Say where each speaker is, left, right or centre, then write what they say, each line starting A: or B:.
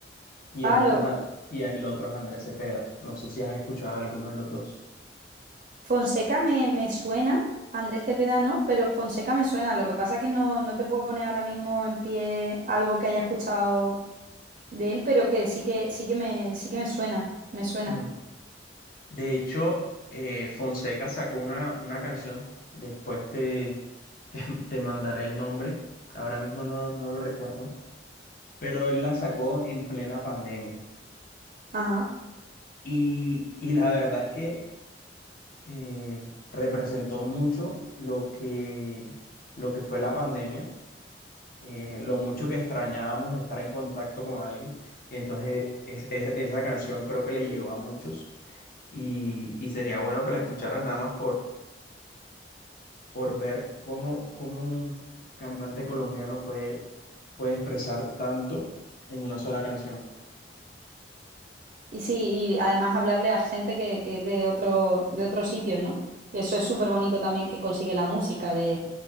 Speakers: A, on the left; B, on the right.
A: y
B: Ah,
A: el otro,
B: lo
A: es A- y el otro es Andrés Cepeda. No sé si has escuchado alguno de los dos.
B: Fonseca me, me suena, Andrés Cepeda no, pero Fonseca me suena. Lo que pasa es que no, no te puedo poner ahora mismo en pie algo que haya escuchado de él, pero que sí que, sí que me, sí que me suena, me suena.
A: Mm. De hecho, eh, Fonseca sacó una, una canción, después te, <laughs> te, te mandaré el nombre, ahora mismo no, no lo recuerdo, pero él la sacó en plena pandemia.
B: Ajá.
A: Y, y la verdad es que eh, representó mucho lo que, lo que fue la pandemia, eh, lo mucho que extrañábamos estar en contacto con alguien. Entonces, es- es- esa canción creo que le llegó a muchos y, y sería bueno que la escucharas nada más por ver cómo, cómo un cantante colombiano puede, puede expresar tanto en una sola canción.
B: Y sí, y además hablarle a gente que, que es de otro, de otros sitios, ¿no? Que Eso es súper bonito también que consigue la música, de